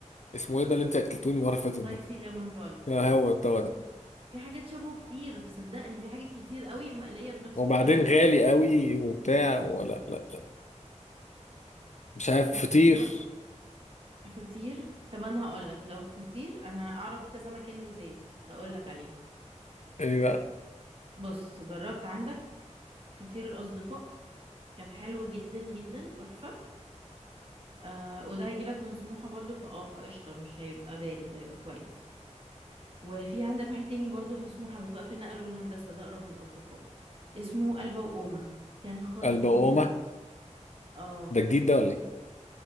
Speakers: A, on the left; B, on the right.
A: اسمه ايه ده اللي انت اكلتوني المره اللي فاتت
B: سبايسي
A: ده
B: ليمون رول
A: آه، هو الدواء ده
B: في حاجات شبهه كتير صدقني في حاجات كتير قوي مقلية بنفس
A: وبعدين
B: الطريقة
A: غالي قوي وبتاع ولا لا لا مش عارف
B: اصل
A: فطير
B: دلوقتي فطير طب انا هقول لك لو فطير انا اعرف كذا مكان لذيذ هقول لك عليه
A: ايه بقى
B: بص جربت عندك فطير الاصدقاء كان حلو جدا جدا تحفه آه وده هيجي لك من سموحه برضو فاه فقشطه مش هيبقى بارد هيبقى كويس وفي عندك واحد تاني برضو في سموحه بس بقى في النقل والهندسه ده اقرب من الاصدقاء اسمه قلبه وقومه كان خطير
A: البقومه
B: اه
A: ده جديد ده ولا ايه